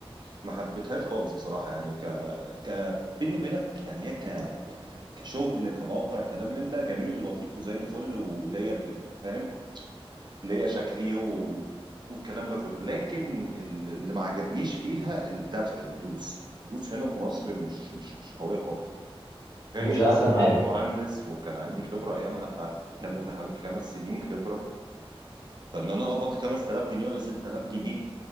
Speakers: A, on the right; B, on the left.
A: ما حبيتهاش خالص بصراحه يعني ك ك بيني وبينك يعني هي ك يعني ف- كشغل كموقع كلام من ده جميل ولطيف وزي الفل وليا بر- فاهم ليا شكلي و... والكلام ده كله لكن ال- اللي ما عجبنيش فيها الدفع الفلوس الفلوس هنا في مصر مش مش مش قويه خالص جاي
B: مش احسن
A: مثلا
B: حاجه
A: مهندس وكان عندي خبره ايامها بتاع بتتكلم في حوالي خمس سنين خبره فان انا اقبض 5000 جنيه ولا 6000 جنيه